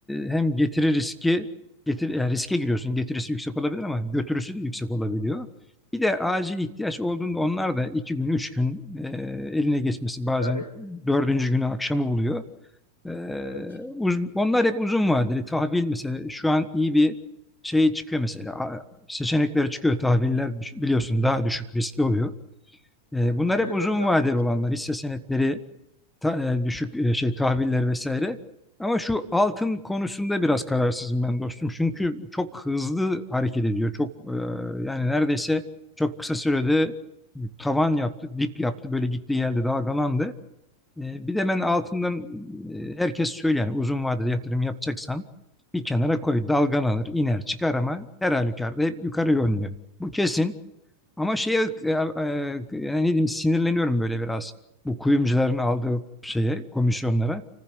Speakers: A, in the centre; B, on the left.
A: hem getiri riski getir yani riske giriyorsun. Getirisi yüksek olabilir ama götürüsü de yüksek olabiliyor. Bir de acil ihtiyaç olduğunda onlar da iki gün, üç gün e, eline geçmesi bazen
B: Tabii.
A: dördüncü günü akşamı buluyor. E,
B: Evet.
A: uz- onlar hep uzun vadeli. Tahvil mesela şu an iyi bir şey çıkıyor mesela. A- Seçenekleri çıkıyor. Tahviller biliyorsun daha düşük riskli oluyor. E,
B: Hı hı.
A: bunlar
B: Devlet
A: hep uzun
B: tahvili.
A: vadeli
B: işte.
A: olanlar. Hisse senetleri ta- e, düşük e, şey tahviller vesaire. Ama şu
B: Hı hı.
A: altın konusunda biraz kararsızım ben dostum. Çünkü çok hızlı hareket ediyor. Çok e, yani neredeyse çok kısa sürede tavan yaptı, dip yaptı. Böyle gitti geldi dalgalandı. E, bir de ben altından e, herkes söylüyor yani uzun vadede yatırım yapacaksan bir kenara koy dalgalanır iner çıkar ama her halükarda hep yukarı yönlü. Bu kesin. Ama şeye e, e, yani ne diyeyim sinirleniyorum böyle biraz. Bu kuyumcuların aldığı şeye, komisyonlara.